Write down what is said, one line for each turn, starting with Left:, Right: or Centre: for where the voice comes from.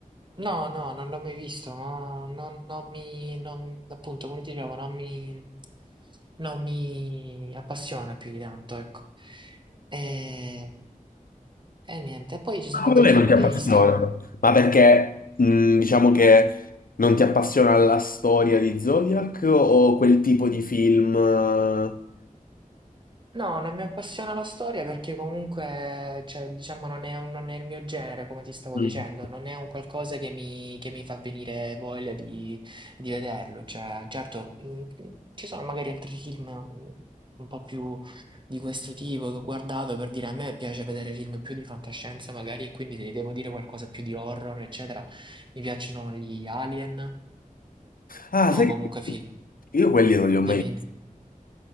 Right: No, no, non l'ho mai visto, ma non, non mi, non- appunto, come ti dicevo, non mi, non mi appassiona più di tanto, ecco. E, e niente, e poi ci
Left: Ma
Right: sono
Left: come
Right: altri
Left: mai
Right: film
Left: non ti appassiona?
Right: che hai visto?
Left: Ma perché mh, diciamo che non ti appassiona la storia di Zodiac o quel tipo di film? eh?
Right: No, non mi appassiona la storia perché comunque, cioè, diciamo, non è, un- non è il mio genere, come ti stavo
Left: Mm.
Right: dicendo, non è un qualcosa che mi, che mi fa venire voglia di, di vederlo. Cioè, certo, mh, ci sono magari altri film mh, un po' più di questo tipo che ho guardato per dire a me piace vedere film più di fantascienza magari e quindi ti devo dire qualcosa più di horror, eccetera. Mi piacciono gli Alien
Left: Ah, sai
Right: o comunque
Left: che
Right: film.
Left: io quelli non li ho mai
Right: Dimmi, dimmi.
Left: visti.